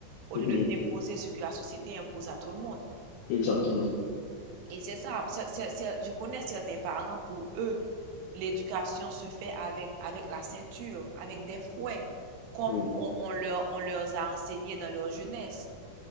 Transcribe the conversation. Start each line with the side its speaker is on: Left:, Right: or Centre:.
Right: au
Left: Oui,
Right: lieu de t'imposer ce que la société impose à tout le monde?
Left: exactement.
Right: Et c'est ça. c'est- c'est- c'est- je connais certains parents, pour eux, l'éducation se fait avec, avec la ceinture, avec des fouets, comme
Left: Oui.
Right: on, on leur, on leur a enseigné dans leur jeunesse.